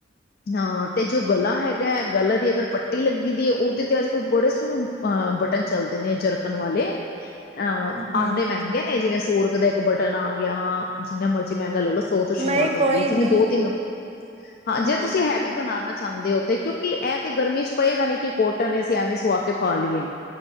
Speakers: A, on the left; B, on the right.
A: ਹਾਂ ਤੇ ਜੋ ਗਲਾ ਹੈਗਾ, ਗਲਾ ਦੀ ਅਗਰ ਪੱਟੀ ਲੱਗੀ ਦੀ ਏ, ਉਹਦੇ ਤੇ ਅੱਜ-ਕਲ ਬੜੇ ਸੋਹਣੇ ਹਾਂ, ਬਟਨ ਚੱਲਦੇ ਨੇ ਜਰਕਣ ਵਾਲੇ। ਆ,
B: ਹੂੰ
A: ਆਂਦੇ ਮਹਿੰਗੇ ਨੇ, ਜਿਵੇਂ ਸੋ ਰੁਪਏ ਦਾ ਇੱਕ ਬਟਨ ਆਗਿਆ ਜਿੰਨਾ ਮਰਜ਼ੀ ਮਹਿੰਗਾ ਲੈ ਲਓ, ਸੌ ਤੋਂ ਸ਼ੁਰੂਆਤ
B: ਨਹੀਂ
A: ਹੁੰਦੀ
B: ਕੋਈ
A: ਏ,
B: ਨੀ
A: ਜਿਵੇਂ ਦੋ-ਤਿੰਨ, ਹਾਂਜੀ
B: ਹਾਂ
A: ਵੀ ਬਣਾਣਾ ਚਾਹੁੰਦੇ ਓ, ਤੇ ਕਿਉਂਕਿ ਇਹ ਤੇ ਗਰਮੀ'ਚ ਪਏਗਾ ਨੀ ਕਿ ਕੋਟਨ ਨੇ ਅਸੀਂ ਐਵੇਂ ਸੁਆਕੇ ਪਾ ਲੀਏ।